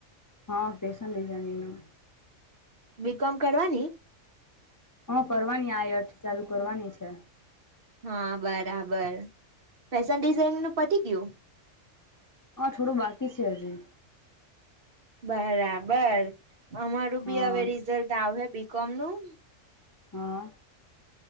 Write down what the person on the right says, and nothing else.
બી કોમ કરવાની
હા બરાબર ફેશન ડિઝાઇનનું પટી ગયું?
બરાબર અમારું બી
હવે રિઝલ્ટ આવશે બી કોમ નું